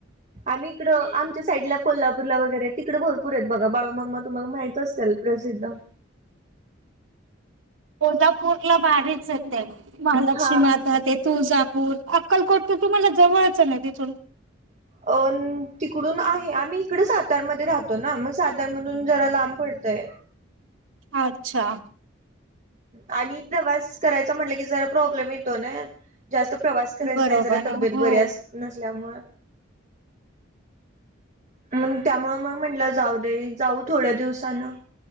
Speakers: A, on the right; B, on the right.
A: आम्ही इकडं आमच्या साईडला कोल्हापूरला वैगैरे तिकडे भरपूर आहेत. बघा बाळूमामा तुम्हाला माहित असतील प्रसिद्ध
B: कोल्हापूर ला भारीच आहेच ते महालक्ष्मी
A: हा
B: माता ते तुळजा पूर अक्कलकोट तर तुम्हाला जवळचं ना तिथून
A: अ तिकडून आहे आम्ही इकड सातारमध्ये राहतो ना मग सातारमधून जरा लांब पडतय.
B: अच्छा
A: आणि प्रवास करायचा म्हटलं की जरा प्रॉब्लेम येतो ना जास्त प्रवास करायच
B: बरोबर
A: नाही जरा तब्येत
B: हो
A: बरी नसल्यामुळे कारण त्यामुळे मग म्हंटलं जाऊ दे जाऊ थोड्या दिवसानं